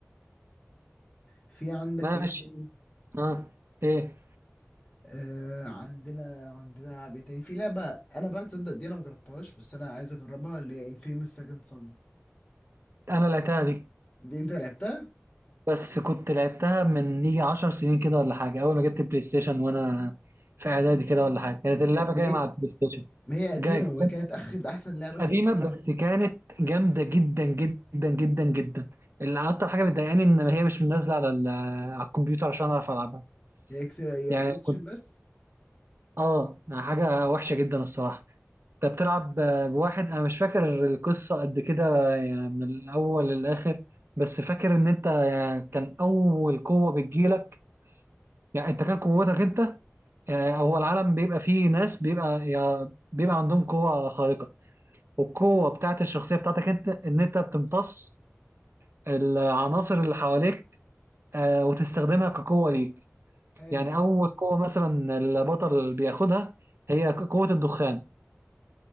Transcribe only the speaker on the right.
ماشي
اه ايه
انا لعبتها دي
بس كنت لعبتها من يجي 10 سنين كده ولا حاجه اول ما جبت بلاي ستيشن وانا في اعدادي كده ولا حاجه كانت اللعبه
جايه
مع البلاي ستيشن
جاي
قديمة
بس كانت جامدة جدا جدا جدا جدا اللي أكتر حاجة بتضايقاني إن هي مش نازلة على ال- على الكمبيوتر عشان أعرف ألعبها
يعني
كنت
آه يعني حاجة وحشة جدا الصراحة أنت بتلعب بواحد أنا مش فاكر القصة قد كده يعني من الأول للآخر بس فاكر إن أنت يعني كان أول قوة بتجيلك يعني أنت كان قوتك أنت يعني هو العالم بيبقى فيه ناس بيبقى يعني بيبقى عندهم قوة خارقة والقوة بتاعت الشخصية بتاعتك أنت إن أنت بتمتص العناصر اللي حواليك آه، وتستخدمها كقوة ليك
يعني أول قوة مثلا البطل بياخدها هي ك- قوة الدخان